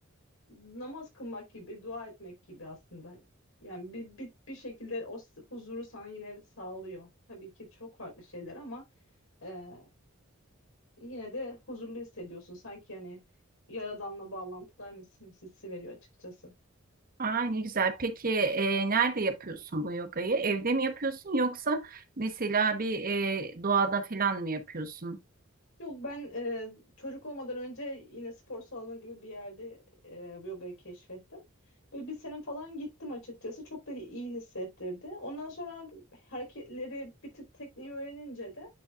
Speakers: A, on the left; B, on the right.
A: namaz kılmak gibi, dua etmek gibi aslında. Yani bir, bir, bir şekilde o s- huzuru sana yine sağlıyor. Tabii ki çok farklı şeyler ama e, yine de huzurlu hissediyorsun. Sanki yani Yaradan'la bağlantıdaymışsın hissi veriyor açıkçası.
B: Aa, ne güzel. Peki e, nerede yapıyorsun bu yogayı? Evde mi yapıyorsun yoksa mesela bir e, doğada falan mı yapıyorsun?
A: Yok ben e, çocuk olmadan önce yine spor salonu gibi bir yerde e, yogayı keşfettim. Ve bir sene falan gittim açıkçası. Çok da iyi hissettirdi. Ondan sonra hareketleri bir tık tekniği öğrenince de